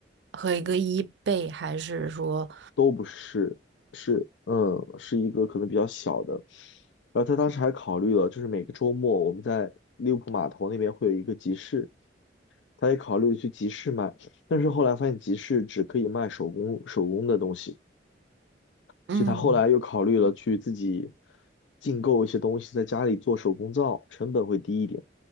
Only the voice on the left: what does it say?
都不是，是嗯，是一个可能比较小的。然后他当时还考虑了，就是每个周末我们在利物浦码头那边会有一个集市，他也考虑去集市卖，但是后来发现集市只可以卖手工手工的东西，
所以他后来又考虑了去自己进购一些东西，在家里做手工皂，成本会低一点。